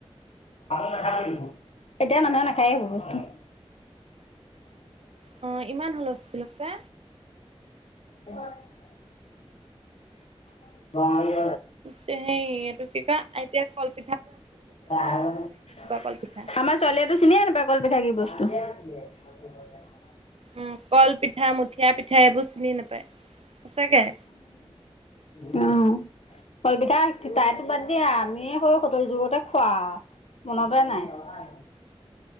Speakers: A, on the left; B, on the right.
A: <unintelligible> <unintelligible> এতিয়া মানুহে নাখায় সেইবোৰ বস্তু <inaudible>
B: অ ইমান হুলস্থুল হৈছে
A: <unintelligible> <unintelligible>
B: সেইটোকা এতিয়া ক <unintelligible>
A: আমাৰ
B: কলপিঠা
A: ছোৱালীয়েটো চিনিয়ে নাপায় কলপিঠা কি বস্তু <unintelligible>
B: উম কলপিঠা, মুঠিয়া পিঠা এইবোৰ চিনি নাপায় সচাকে
A: অহ কলপিঠা তাইতো বাদ দিয়া আমিয়ে সৰু যুগতে খোৱা মনতেই নাই <unintelligible>